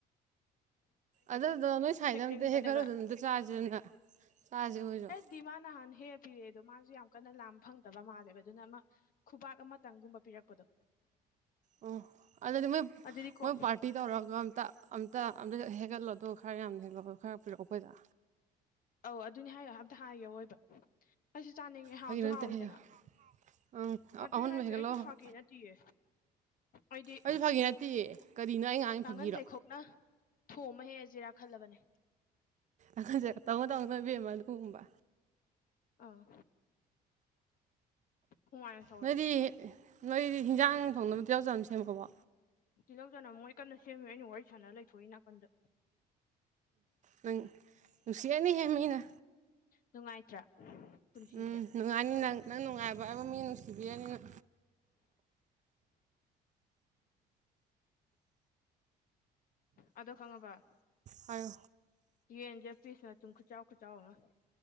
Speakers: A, on the right; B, on the left.
A: ꯑꯗꯨꯗꯣ ꯅꯣꯏ ꯁꯥꯏꯗ
B: ꯍꯦꯛꯅꯤꯡꯕꯅꯦꯕ
A: ꯑꯝꯇ ꯍꯦꯛ ꯈꯔꯨꯗꯅ ꯑꯝꯇ ꯆꯥꯥꯁꯔꯅ ꯆꯥꯁꯦ ꯑꯩꯈꯣꯏꯔꯁꯨ
B: ꯗꯤ ꯃꯥ ꯅꯍꯥꯟ ꯍꯦꯛ ꯄꯤꯔꯛꯑꯦꯗꯣ ꯃꯥꯁꯨ ꯌꯥꯝ ꯀꯟꯅ ꯂꯥ ꯐꯪꯗꯕ ꯃꯥꯜꯂꯦꯕ ꯑꯗꯨꯅ ꯑꯃ ꯈꯨꯕꯥꯛ ꯑꯃꯇꯪꯒꯨꯝꯕ ꯄꯤꯔꯛꯄꯗꯣ
A: ꯑꯣ ꯑꯗꯨꯗ ꯑꯗꯨ ꯃꯣꯏ
B: ꯑꯗꯨꯗꯤꯀꯣ
A: ꯃꯣꯏ ꯄꯥꯔꯇꯤ ꯇꯧꯔꯒ ꯑꯝꯇ ꯑꯝꯇ ꯑꯝꯇ ꯍꯦꯛꯒꯠꯂꯗꯣ ꯈꯔ ꯌꯥꯝꯅ ꯍꯒ ꯈꯔ ꯄꯤꯔꯛꯑꯣ ꯑꯩꯈꯣꯏꯗ
B: ꯑꯧ ꯑꯗꯨꯅꯦ ꯍꯥꯏꯌꯣ ꯍꯥꯏꯐꯇ ꯍꯥꯏꯒꯦꯣ ꯑꯣꯏꯕ ꯑꯩꯁꯨ ꯆꯥꯅꯤꯡꯉꯦ ꯍꯥꯎꯁꯨ
A: ꯐꯥꯒꯤ ꯅꯠꯇꯦ
B: ꯍꯥꯎꯋꯤꯗꯅ
A: ꯍꯥꯏꯌꯣ ꯑꯪ
B: ꯑꯗꯨꯅꯤ
A: ꯑꯃꯨꯟꯕ
B: ꯍꯥꯏꯁꯨ
A: ꯍꯦꯛꯒꯠꯂꯛꯑꯣ
B: ꯑꯩꯁꯨ
A: ꯍꯥꯏꯕ
B: ꯐꯥꯈꯤ ꯅꯠꯇ ꯇꯤꯌꯦ ꯍꯥꯏꯗꯤ
A: ꯑꯩꯁꯨ ꯐꯥꯒꯤ ꯅꯠꯇꯤꯌꯦ ꯀꯔꯤꯅꯣ ꯑꯩ ꯉꯥꯡꯉꯤ
B: ꯇꯥꯡꯒꯟ
A: ꯐꯥꯒꯤꯔꯣ
B: ꯆꯩꯈꯣꯛꯅ ꯊꯨ ꯑꯃ ꯍꯦꯛꯑ ꯑꯁꯤ ꯔꯥꯈꯠꯂꯕꯅꯦ
A: ꯑꯈꯟꯁꯦ ꯇꯧꯅ ꯇꯧꯅꯅꯣꯏꯕꯤꯦꯝꯃ ꯑꯗꯨꯒꯒꯨꯝꯕ
B: ꯑꯥ ꯍꯨꯃꯥꯡ ꯁꯧꯋꯦ
A: ꯅꯣꯏꯗꯤ
B: ꯑꯗꯣ
A: ꯅꯣꯏꯗꯤ ꯍꯤꯟꯖꯥꯡ ꯊꯣꯡ ꯑꯃꯗꯤ ꯌꯥꯎꯖꯕ ꯁꯦꯝꯃꯛꯛꯄꯀꯣ
B: ꯇꯤꯜꯍꯧ ꯆꯅ ꯃꯣꯏ ꯀꯟꯅ ꯁꯦꯝꯃꯤ ꯑꯩꯅ ꯋꯥꯔꯤ ꯁꯥꯟꯅ ꯂꯩꯊꯣꯛꯏ ꯅꯥꯀꯟꯗ
A: ꯅꯪ ꯅꯨꯡꯁꯤꯔꯅꯤꯍꯦ ꯃꯩꯅ
B: ꯅꯨꯡꯉꯥꯏꯇ꯭ꯔꯥ ꯄꯨꯟꯁꯤꯁꯦ
A: ꯎꯝ ꯅꯨꯡꯉꯥꯏꯅꯤ ꯅꯪ ꯅꯪ ꯅꯨꯡꯉꯥꯏꯕ ꯍꯥꯏꯕ‌ꯣ ꯃꯤꯅ ꯅꯨꯡꯁꯤꯕꯤꯔꯅꯤ ꯅ‌ꯪ
B: ꯑꯗꯣ ꯈꯪꯉꯕ
A: ꯍꯥꯏꯌꯣ
B: ꯌꯦꯟꯖ‌ꯦ ꯄꯤꯁ ꯃꯇꯨꯝ ꯈꯨꯆꯥꯎ ꯈꯨꯆꯥꯎ ꯑꯃ